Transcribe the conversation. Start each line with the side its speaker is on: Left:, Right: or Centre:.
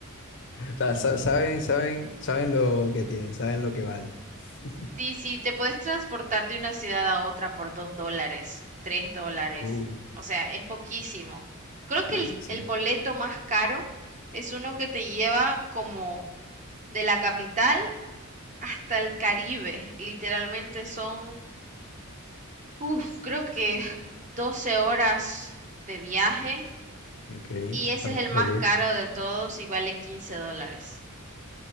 Left: O sea, sa- saben, saben, saben lo que tienen, saben lo que valen. <laughs>
Right: Sí, sí, te puedes transportar de una ciudad a otra por dos dólares, tres dólares.
Left: Uh,
Right: O sea, es poquísimo. Creo que
Left: uy,
Right: el,
Left: sí.
Right: el boleto más caro es uno que te lleva como de la capital hasta el Caribe. Literalmente son Uf, creo que 12 horas de viaje
Left: Ok,
Right: y ese
Left: ¿cuánto
Right: es el más
Left: sería?
Right: caro de todos y vale 15 dólares.